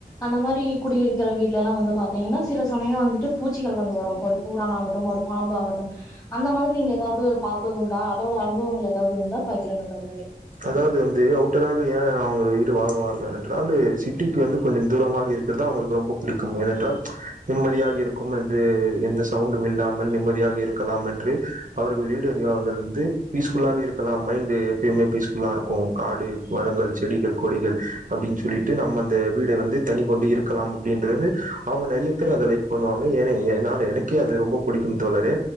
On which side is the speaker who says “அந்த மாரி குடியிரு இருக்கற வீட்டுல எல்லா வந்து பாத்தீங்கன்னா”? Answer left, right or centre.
Left